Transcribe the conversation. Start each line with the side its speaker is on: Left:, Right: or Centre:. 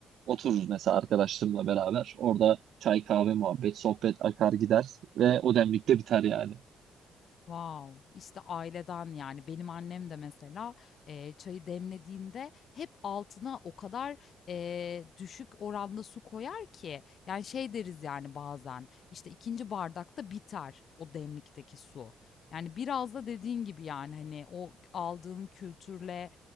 Right: otururuz mesela arkadaşlarımla beraber. Orada çay kahve muhabbet sohbet akar gider ve o demlik de biter yani.
Left: Wow! işte aileden, yani, benim annem de mesela, eee, çayı demlediğinde hep altına o kadar, eee, düşük oranda su koyar ki, yani, şey deriz, yani, bazen, işte, ikinci bardakta biter o demlikteki su. Yani, biraz da dediğin gibi, yani, hani, o aldığın kültürle,